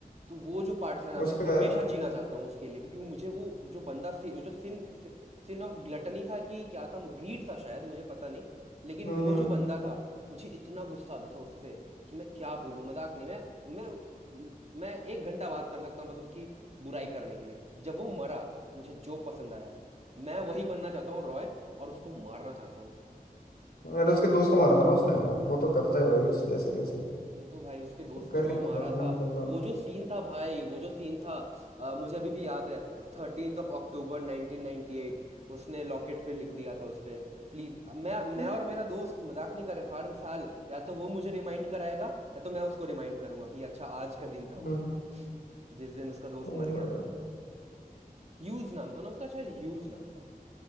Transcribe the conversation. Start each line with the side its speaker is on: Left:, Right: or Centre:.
Right: तो वो जो पार्ट था ना मैं
Left: उसका
Right: हमेशा जीना चाहता हूँ उसके लिए क्योंकि मुझे वो जो बंदा सि, वो जो सिन सिन ऑफ ग्लटनी था कि क्या था ग्रीड था शायद मुझे पता नहीं लेकिन
Left: हम्म
Right: वो
Left: हम्म
Right: जो बंदा था मुझे इतना गुस्सा आता था उस पर कि मैं क्या बोलूँ मजाक नहीं मैं मैं मैं एक घंटा बात कर सकता हूँ बस उसकी बुराई करने के लिए जब वो मरा मुझे जो पसंद आया मैं वही बनना चाहता हूँ रॉय और उसको मारना चाहता हूँ
Left: <laughs> अरे उसके दोस्त को मारा था ना उसने वो तो करता है भाई उस जैसे तैसे
Right: वो तो भाई उसके दोस्त
Left: कर
Right: को जो
Left: ही लेता
Right: मारा
Left: है उसने
Right: था
Left: बंदा
Right: वो जो सीन था भाई वो जो सीन था अ, मुझे अभी भी याद है थर्टीन्थ ऑफ अक्टूबर 1998 उसने लॉकेट पे लिख दिया था उस पे प्लीज़ मैं
Left: <laughs>
Right: मैं और मेरा दोस्त मजाक नहीं कर रहे हर साल या तो वो मुझे रिमाइंड कराएगा या तो मैं उसको रिमाइंड करूंगा कि अच्छा आज का दिन था वो
Left: हम्म
Right: जिस दिन उसका दोस्त
Left: और-
Right: मर गया था ह्यूज नाम था ना उसका शायद ह्यूज नाम था